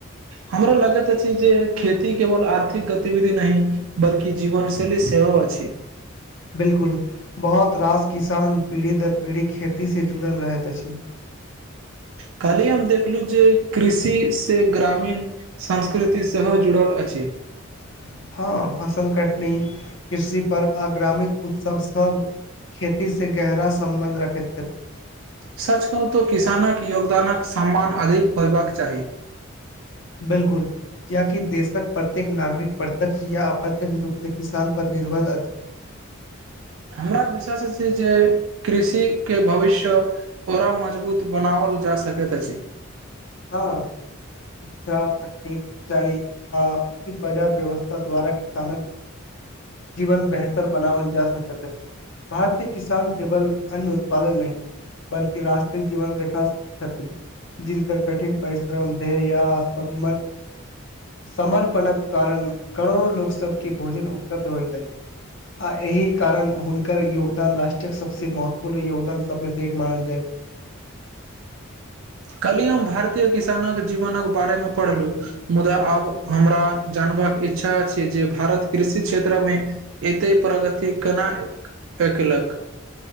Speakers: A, on the right; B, on the left.
A: हमरा लगैत अछि जे खेती केवल आर्थिक गतिविधि नहि बल्कि जीवन से शैली सेहो अछि।
B: बिल्कुल बहोत रास किसान पीढ़ी दर पीढ़ी खेती से जुड़ल रहैत अछि।
A: कल्हि हम देखलु जे कृषि से ग्रामीण संस्कृति सेहो जुड़ल अछि।
B: <inaudible> हां फसल कटनी कृषि पर्व आ ग्रामीण उत्सव सब खेती से गहरा सम्बन्ध रखैत छथि।
A: सच कहू तऽ किसानक योगदानक सम्मान अधिक होयबाक चाही।
B: बिल्कुल कियाकी देशक प्रत्येक नागरिक प्रत्यक्ष या अप्रत्यक्ष रूप से किसान पर निर्भर अछि।
A: हमरा विश्वास अछि जे कृषि के भविष्य पुरा मजबूत बनावल जा सकेत अछि।
B: हाँ। शिक्षा, तकनीक, सिचाई, आ उचित बाजार व्यवस्था द्वारा किसानक जीवन बेहतर बनावल जा सकत अछि। भारतीय किसान केवल अन्न उत्पादक नै बल्कि राष्ट्रिक जीवन रेखा क्षति जिनकर कठिन परिश्रम, धैर्य या समबन्ध समर्पणक कारण करोड़ो लोक सबके भोजन उपलब्ध होइत अछि। आ एहि कारण हुनकर योगदान राष्ट्रक सबसे महत्वपूर्ण योगदान सबमे से एक मानल जाइ। <inaudible>
A: कल्ही हम भारतीय किसानक जीवनक बारे मे पढ़लू मुदा आब हमरा जान करबाक इच्छा छैय जे भारत कृषि क्षेत्र मे एते प्रगति केना एक लख।